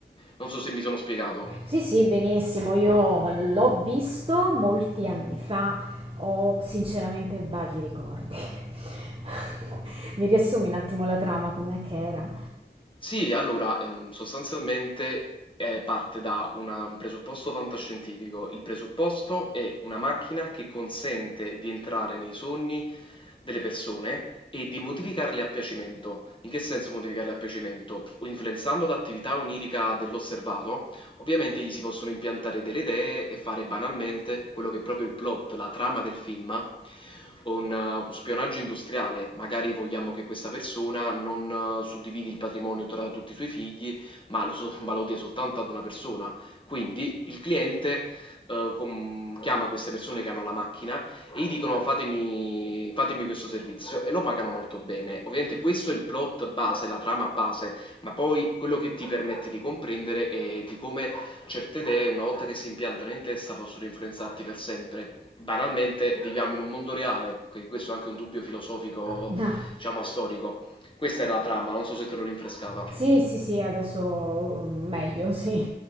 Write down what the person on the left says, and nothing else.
Non so se mi sono spiegato.
Sì, allora, ehm, sostanzialmente eh, parte da una- un presupposto fantascientifico. Il presupposto è una macchina che consente di entrare nei sogni delle persone e di modificarli a piacimento. In che senso modificarli a piacimento? O Influenzando l'attività onirica dell'osservato, Ovviamente gli si possono impiantare delle idee e fare banalmente quello che è proprio il plot, la trama del film, un, eh, un spionaggio industriale. Magari vogliamo che questa persona non eh, suddividi il patrimonio tra tutti i suoi figli, ma lo, so- <laughs> ma lo dia soltanto ad una persona. Quindi il cliente eh, com- chiama queste persone che hanno la macchina e gli dicono fatemi, fatemi questo servizio e lo pagano molto bene. Ovviamente questo è il plot base, la trama base, ma poi quello che ti permette di comprendere è di come certe idee, una volta che si impiantano in testa, possono influenzarti per sempre. Banalmente, viviamo in un mondo reale, quindi questo è anche un dubbio filosofico,
diciamo, storico. Questa era la trama, non so se te l'ho rinfrescata.